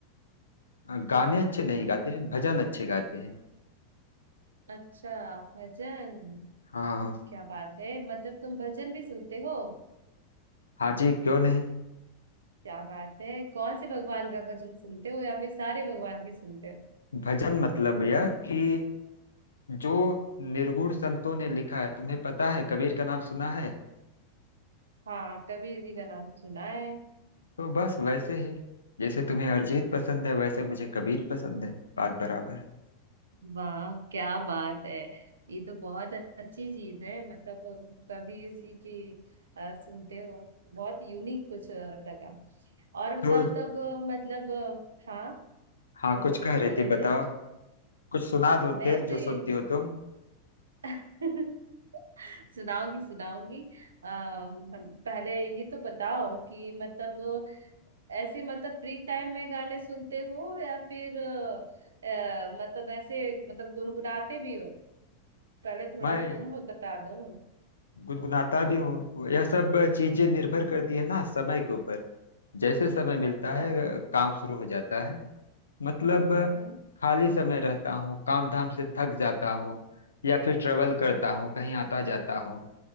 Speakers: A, on the left (about 75°); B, on the right (about 65°).
A: अ, गाने अच्छे नहीं गाते भजन अच्छे गाते हैं
B: अच्छा भजन
A: हाँ
B: क्या बात है मतलब तुम भजन भी सुनते हो
A: हाँ जी क्यों नहीं
B: क्या बात है कौन से भगवान का भजन सुनते हो या फिर सारे भगवान के सुनते हो
A: भजन मतलब यह कि जो निर्गुण संतों ने लिखा है तुम्हें पता है कबीर का नाम सुना है
B: हाँ कबीर जी का नाम सुना है
A: तो बस वैसे ही जैसे तुम्हें अरिजीत पसंद है वैसे मुझे कबीर पसंद है बात बराबर
B: वाह क्या बात है ये तो बहुत अच्छी चीज है मतलब कभी इसी की अ, सुनते हो बहुत यूनिक कुछ अ, लगा और
A: तो
B: बताओ तब अ, मतलब अ, हाँ
A: हाँ
B: बोलो
A: कुछ
B: कुछ
A: कह
B: बोल
A: रही
B: रहे
A: थी बताओ
B: थे
A: कुछ सुना दो
B: मैं
A: फिर
B: तो
A: जो
B: ये
A: सुनती हो तुम
B: <laughs> सुनाऊंगी सुनाऊंगी अम, हम- पहले ये तो बताओ कि मतलब ऐसे मतलब फ्री टाइम में गाने सुनते हो या फिर अ, अ, मतलब ऐसे मतलब गुनगुनाते भी हो पहले थोड़ा
A: मैं
B: सा तुम बता दो
A: गुनगुनाता भी हूँ यह सब चीजें निर्भर करती है ना समय के ऊपर जैसे समय मिलता
B: अच्छा
A: है काम शुरू हो जाता है मतलब
B: हम्म
A: खाली समय रहता हूँ काम धाम से थक जाता हूँ या फिर ट्रेवल करता हूँ कहीं आता जाता हूँ